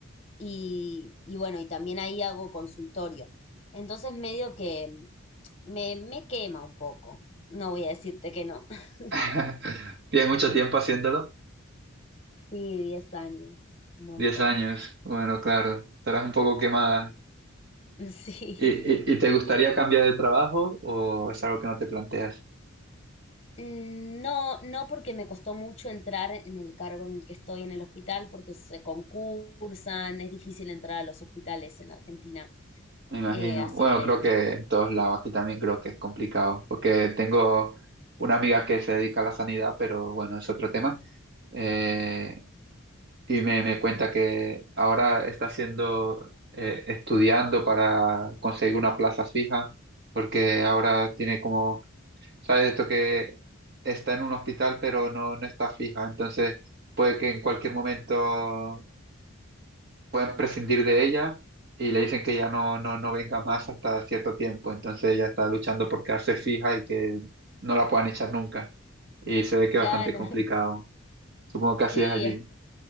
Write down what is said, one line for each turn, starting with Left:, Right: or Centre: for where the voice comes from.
Left: y, y bueno, y también ahí hago consultorio. Entonces medio que me, me quema un poco, no voy a decirte que no. <laughs>
Right: <laughs> Tienes mucho tiempo haciéndolo.
Left: Sí, 10 años, un montón.
Right: Diez años. Bueno, claro, estarás un poco quemada.
Left: <laughs> Sí.
Right: ¿Y, y, y te gustaría cambiar de trabajo o es algo que no te planteas?
Left: Mm, No, no porque me costó mucho entrar en el cargo en el que estoy en el hospital, porque se concursan, es difícil entrar a los hospitales en Argentina.
Right: Me imagino.
Left: Eh, así
Right: Bueno,
Left: que,
Right: creo que en todos lados aquí también creo que es complicado, porque tengo una amiga que se dedica a la sanidad, pero bueno, es otro tema. Eh, y me, me cuenta que ahora está haciendo, eh, estudiando para conseguir una plaza fija, porque ahora tiene como ¿Sabes esto que está en un hospital pero no, no está fija? Entonces puede que en cualquier momento pueden prescindir de ella y le dicen que ya no, no, no venga más hasta cierto tiempo. Entonces ella está luchando por quedarse fija y que no la puedan echar nunca. Y se ve que
Left: claro,
Right: es bastante complicado. Supongo que
Left: Sí,
Right: así es allí.
Left: es,